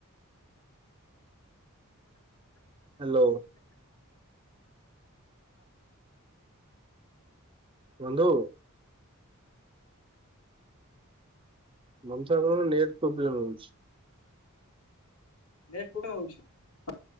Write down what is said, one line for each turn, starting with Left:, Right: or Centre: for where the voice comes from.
Right: ହାଲୋ ବନ୍ଧୁ, ବନ୍ଧୁ, ଆପଣଙ୍କର ନେଟ୍ ପ୍ରୋବ୍ଲେମ ରହୁଛି।
Left: ନେଟ ପ୍ରୋବ୍ଲେମ ହଉଛି।